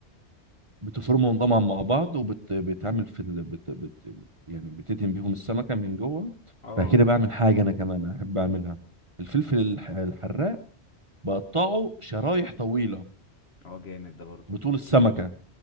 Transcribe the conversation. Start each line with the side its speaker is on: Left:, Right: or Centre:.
Right: وبتفرمهم طبعا مع بعض وبتعمل في ال... بت... بت... يعني بتدهن بيهم السمكه من جوه
Left: اه
Right: بعد كده بعمل حاجه انا كمان احب اعملها الفلفل الح... الحراق بقطعه شرايح طويله
Left: اه جامد ده برضه
Right: بطول السمكه